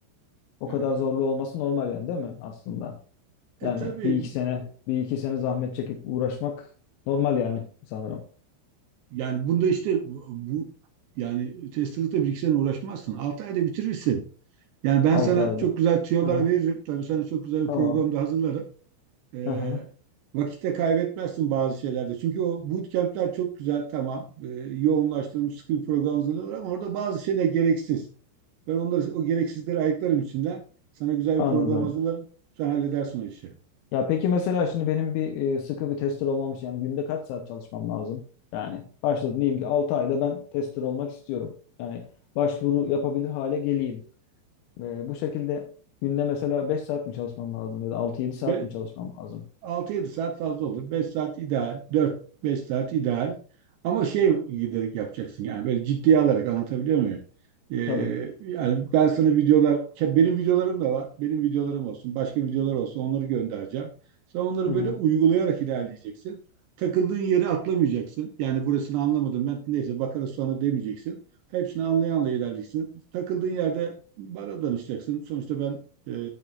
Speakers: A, on the left (about 85°); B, on the right (about 75°).
A: O
B: E,
A: kadar zorlu olması normal yani değil mi aslında?
B: e
A: Yani
B: tabii
A: bir iki sene, bir iki sene zahmet çekip uğraşmak normal yani sanırım.
B: yani bunda işte bu, bu- yani testelikle bir iki sene uğraşmazsın. 6 ayda bitirirsin. Yani ben
A: 6
B: sana
A: ayda.
B: çok güzel tüyolar
A: Aha,
B: veririm. Tabii sana çok güzel
A: tamam.
B: bir program da hazırlarım. E,
A: Aha.
B: vakitte kaybetmezsin bazı şeylerde. Çünkü o bootcamp'ler çok güzel tamam. E, yoğunlaştırılmış sıkı bir program hazırlıyorlar ama orada bazı şeyler gereksiz. Ben onları o gereksizleri ayıklarım içinden. Sana güzel
A: Anladım.
B: bir program hazırlarım. Sen halledersin o işi.
A: Ya peki mesela şimdi benim bir e, sıkı bir tester olmam için yani günde kaç saat çalışmam lazım? Yani başladım diyeyim ki 6 ayda ben tester olmak istiyorum. Yani başvuru yapabilir hale geleyim. E, bu şekilde günde mesela 5 saat mi çalışmam lazım ya da altı yedi saat
B: Be-
A: mi çalışmam lazım?
B: Altı yedi saat fazla olur. 5 saat ideal. dört beş saat ideal. Ama şey giderek yapacaksın yani böyle ciddiye alarak anlatabiliyor muyum? Ee,
A: Tabii.
B: yani ben sana videolar, ke- benim videolarım da var. Benim videolarım olsun, başka videolar olsun onları göndereceğim. Sen onları
A: Hı hı.
B: böyle uygulayarak ilerleyeceksin. Takıldığın yeri atlamayacaksın. Yani burasını anlamadım ben neyse bakarız sonra demeyeceksin. Hepsini anlayanla ilerleyeceksin. Takıldığın yerde bana danışacaksın. Sonuçta ben e,